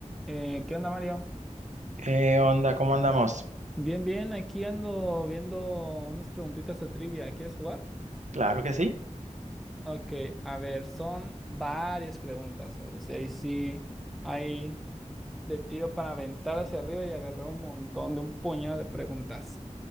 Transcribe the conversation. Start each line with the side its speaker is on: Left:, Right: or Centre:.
Centre: Eh, ¿qué onda, Mario?
Right: ¿Qué onda? ¿Cómo andamos?
Centre: Bien, bien, aquí ando viendo unas preguntitas de trivia. ¿Quieres jugar?
Right: Claro que sí.
Centre: Ok, a ver, son varias preguntas. O sea, ahí sí hay de tiro para aventar hacia arriba y agarrar un montón de un puñado de preguntas.